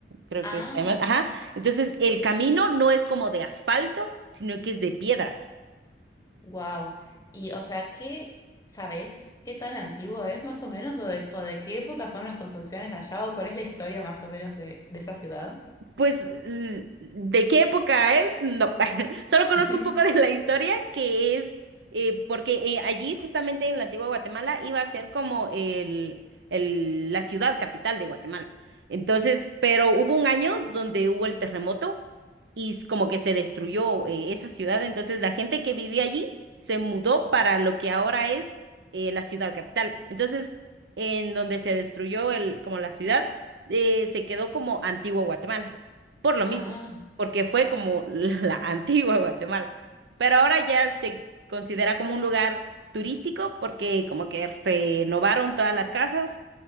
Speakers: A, on the right; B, on the left.
A: creo
B: Ah,
A: que está mal. Ajá. Entonces, el camino no es como de asfalto, sino que es de piedras.
B: wow. Y o sea, ¿qué sabes? ¿Qué tan antiguo es más o menos? ¿O de, o de qué época son las construcciones de allá? ¿O cuál es la historia más o menos de, de esa ciudad?
A: Pues, l- ¿de qué época es? No, <laughs> solo conozco
B: <laughs>
A: un poco de la historia, que es eh, porque eh, allí, justamente en la antigua Guatemala, iba a ser como el, el- la ciudad capital de Guatemala. Entonces, pero hubo un año donde hubo el terremoto y s- como que se destruyó eh, esa ciudad. Entonces, la gente que vivía allí se mudó para lo que ahora es eh, la ciudad capital. Entonces, en donde se destruyó el, como la ciudad eh, se quedó como Antigua Guatemala por lo mismo,
B: Ah.
A: porque fue como <laughs> la antigua Guatemala. Pero ahora ya se considera como un lugar turístico porque como que renovaron todas las casas